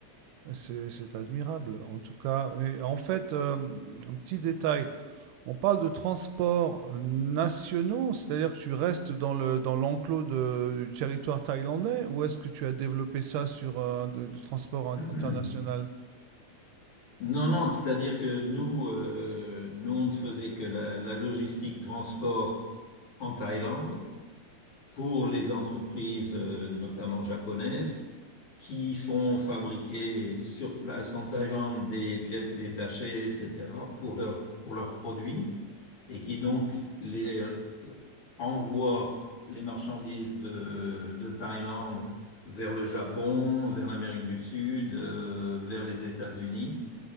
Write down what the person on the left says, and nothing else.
<clears throat>
Non, non, c'est-à-dire que nous, euh, nous, on ne faisait que la, la logistique transport en Thaïlande pour les entreprises, euh, notamment japonaises, qui font fabriquer sur place en Thaïlande des pièces détachées, etc., pour leurs pour leurs produits. et qui donc les envoie les marchandises de, de Thaïlande vers le Japon, vers l'Amérique du Sud, euh, vers les États-Unis.